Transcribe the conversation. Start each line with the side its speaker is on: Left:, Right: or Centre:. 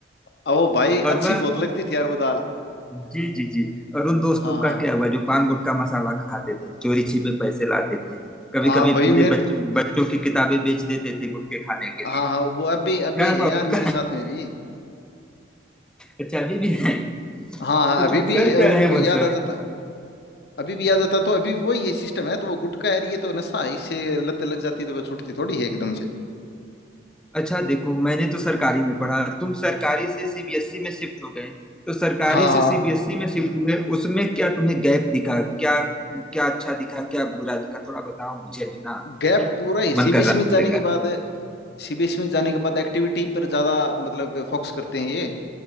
Left: अब वो भाई अच्छी
Centre: और वह
Left: बहुत लगती थी यार वो दाल
Centre: जी जी जी और उन दोस्तों
Left: हाँ हाँ
Centre: का क्या हुआ जो पान गुटखा मसाला खाते थे चोरी छिपे पैसे लाते थे कभी
Left: हाँ
Centre: कभी
Left: भाई
Centre: पूरे
Left: मेरे
Centre: बच्चों बच्चों की किताबें बेच देते थे गुटखे खाने के
Left: हाँ
Centre: लिए
Left: हाँ वो अब भी अब
Centre: क्या
Left: भी है
Centre: हुआ
Left: यार
Centre: उनका
Left: मेरे साथ में भी
Centre: अच्छा अभी भी है
Left: हाँ हाँ
Centre: कुछ
Left: अभी भी
Centre: कर
Left: अ,
Centre: क्या रहे
Left: उनको
Centre: हैं मतलब
Left: याद आ जाता अभी भी याद आता तो अभी भी वही है सिस्टम है तो वो गुटखा यार ये तो नशा है इससे लत लग जाती तो वो छूटती थोड़ी है एकदम से
Centre: अच्छा देखो मैंने तो सरकारी में पढ़ा तुम सरकारी से सीबीएसई में शिफ्ट हो गए तो सरकारी
Left: हाँ
Centre: से
Left: हाँ
Centre: सीबीएसई में शिफ्ट हुए उसमें क्या तुम्हें गैप दिखा क्या क्या अच्छा दिखा क्या बुरा दिखा थोड़ा बताओ मुझे भी ना
Left: गैप पूरा ही सीबीएस
Centre: मन कर रहा
Left: में
Centre: है सुनने
Left: जाने
Centre: का
Left: के बाद सीबीएस में जाने के बाद एक्टिविटी पर ज्यादा मतलब फोकस करते हैं ये